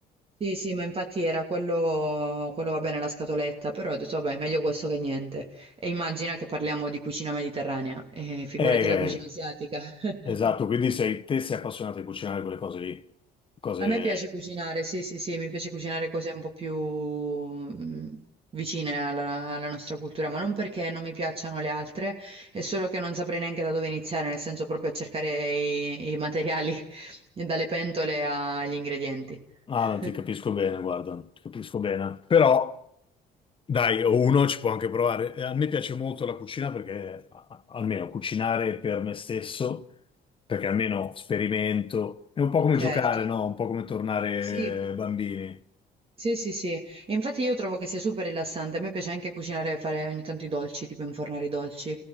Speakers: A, on the right; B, on the left.
A: sì, sì, ma infatti era quello, quello va bene la scatoletta, però ho detto vabbè, meglio questo che niente. E immagina che parliamo di cucina mediterranea, e figurati
B: Eh,
A: la cucina asiatica.
B: esatto,
A: <laughs>
B: quindi sei, te sei appassionato di cucinare quelle cose lì. Cose...
A: A me piace cucinare, sì, sì, sì, mi piace cucinare cose un po' più mm, vicine alla, alla nostra cultura, ma non perché non mi piacciono le altre, è solo che non saprei neanche da dove iniziare, nel senso proprio a cercare i, i materiali, <laughs> dalle pentole agli ingredienti.
B: Ah,
A: <laughs>
B: ti capisco bene, guarda, ti capisco bene. Però... Dai, o uno ci può anche provare. Eh, A me piace molto la cucina perché, a- a- almeno cucinare per me stesso, perché almeno sperimento. È un po' come
A: Certo,
B: giocare, no? Un po' come tornare
A: sì.
B: eh, bambini.
A: Sì, sì, sì. E infatti io trovo che sia super rilassante. A me piace anche cucinare e fare ogni tanto i dolci, tipo infornare i dolci.